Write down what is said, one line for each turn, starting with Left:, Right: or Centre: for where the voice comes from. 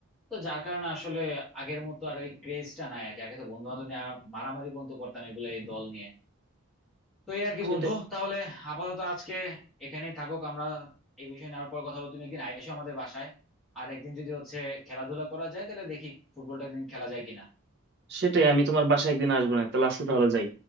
Centre: তো যার কারণে আসলে আগের মতো আর ওই ক্রেজটা নাই আর কি আগে তো বন্ধু বান্ধব নিয়ে মারামারি পর্যন্ত করতাম এগুলো এই দল নিয়ে তো এই আর কি
Right: সেটাই
Centre: বন্ধু তাহলে আপাতত আজকে এখানেই থাকুক আমরা এই বিষয়ে নেওয়ার পর কথা বলবো তুমি একদিন আইসো আমাদের বাসায় আর একদিন যদি হচ্ছে খেলাধুলা করা যায় তাহলে দেখি ফুটবলটা একদিন খেলা যায় কিনা
Right: সেটাই আমি তোমার বাসায় একদিন আসবো না তাহলে আসলে তাহলে যাই